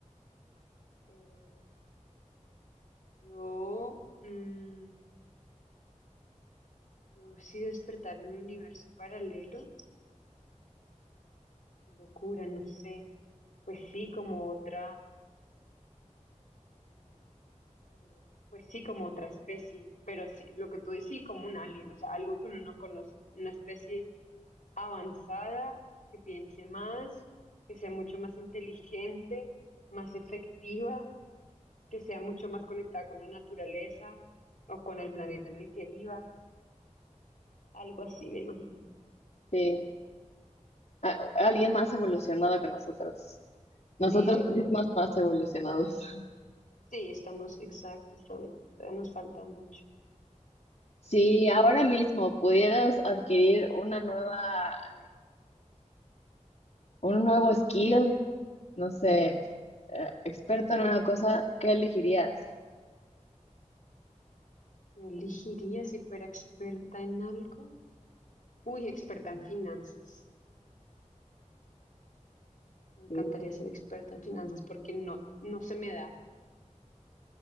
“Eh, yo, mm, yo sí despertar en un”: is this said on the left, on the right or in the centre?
Left